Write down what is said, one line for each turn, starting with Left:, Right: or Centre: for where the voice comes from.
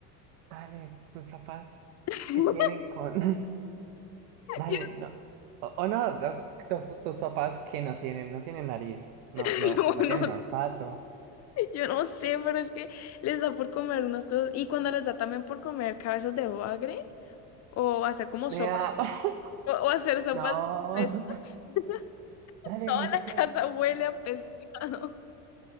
Right: dale, tus papás,
Left: <laughs>
Right: ¿qué tienen con...? <laughs> Dale,
Left: Yo
Right: no. O, o no, no, tu- tus papás que no tienen, no tienen nariz, no,
Left: te
Right: no,
Left: lo
Right: no
Left: juro,
Right: tienen olfato.
Left: Yo no sé, pero es que les da por comer unas cosas. Y cuando les da también por comer cabezas de bagre, o hacer como
Right: Nea,
Left: sopa,
Right: <laughs>
Left: o, o hacer sopas
Right: No.
Left: de cabezas, <laughs>
Right: Dale,
Left: toda
Right: pensé
Left: la
Right: que
Left: casa huele a pescado.